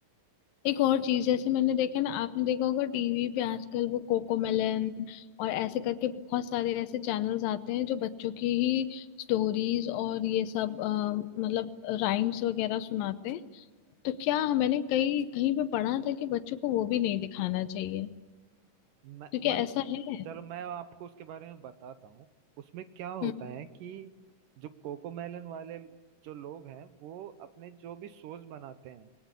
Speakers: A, on the left; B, on the right.
A: एक और चीज जैसे मैंने देखा ना आपने देखा होगा टीवी पे आजकल वो कोकोमेलन और ऐसे करके बहुत सारे ऐसे चैनल्स आते हैं जो बच्चों की ही स्टोरीज और ये सब अ, मतलब राइम्स वगैरह सुनाते हैं तो क्या मैंने कहीं कहीं पे पढ़ा था कि बच्चों को वो भी नहीं दिखाना चाहिए
B: मैं
A: तो क्या
B: मतलब
A: ऐसा है
B: चलो मैं आपको उसके बारे में बताता हूँ उसमें क्या होता
A: हम्म
B: है कि जो कोकोमेलन वाले जो लोग हैं वो अपने जो भी सोस बनाते हैं